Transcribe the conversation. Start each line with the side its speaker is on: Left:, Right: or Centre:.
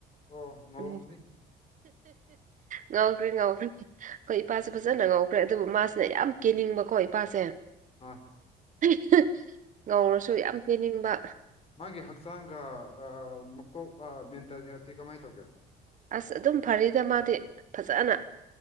Left: ꯑꯣ ꯉꯧꯔꯝꯅꯤ
Right: ꯭ꯔꯦ ꯉꯥꯎꯈ꯭ꯔꯤ ꯉꯥꯎꯈ꯭ꯔꯤ ꯑꯩꯈꯣꯏ ꯏꯄꯥꯁꯨꯦ ꯐꯖꯅ ꯉꯧꯈ꯭ꯔꯦ ꯑꯗꯨꯕꯨ ꯃꯥꯁꯤꯅ ꯌꯥꯝ ꯀꯦꯟꯅꯤꯡꯕꯀꯣ ꯏꯄꯥꯁꯦ
Left: ꯑꯥ
Right: <inaudible> ꯌꯥꯝ ꯀꯦꯅꯤꯡꯕ
Left: ꯃꯥꯒꯤ ꯍꯛꯆꯥꯡꯒ ꯃꯀꯣꯛ ꯃꯦꯟꯇꯦꯛꯇꯤ ꯀꯃꯥꯏꯅ ꯇꯧꯒꯦ
Right: ꯑꯁ ꯑꯗꯨꯝ ꯐꯔꯤꯗ ꯃꯥꯗꯤ ꯐꯖꯅ